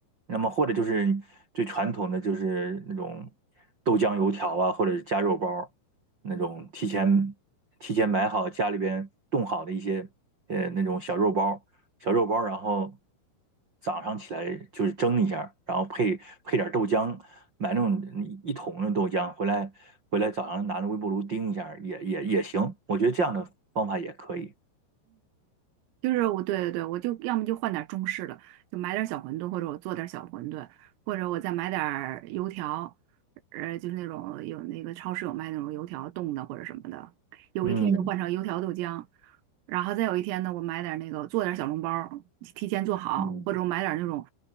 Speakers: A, on the right; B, on the right.
A: 那么或者就是最传统的就是那种豆浆油条啊，或者是加肉包儿那种提前提前买好家里边冻好的一些呃那种小肉包儿，小肉包儿，然后早上起来就是蒸一下然后配配点儿豆浆，买那种一桶的豆浆回来回来早上拿着微波炉叮一下也也也行，我觉得这样的方法也可以。
B: 就是我，对对对，我就要么就换点中式的，就买点小馄饨，或者我做点小馄饨，或者我再买点油条，呃，就是那种有那个超市有卖那种油条冻的或者什么的。有一天就换成油条豆浆，
A: 嗯
B: 然后再有一天呢，我买点那个做点小笼包儿，提前做好，
A: 嗯
B: 或者我买点那种